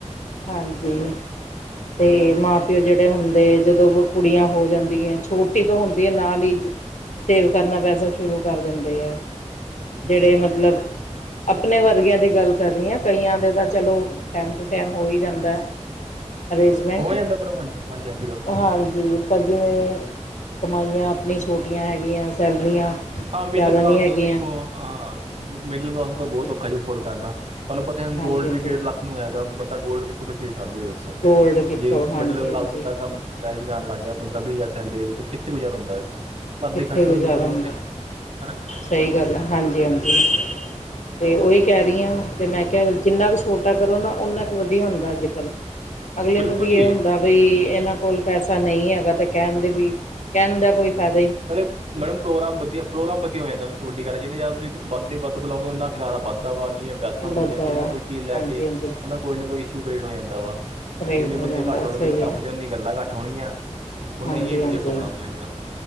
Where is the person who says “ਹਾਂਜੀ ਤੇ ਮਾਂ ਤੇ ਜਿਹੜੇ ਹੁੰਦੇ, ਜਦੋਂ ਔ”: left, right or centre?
Left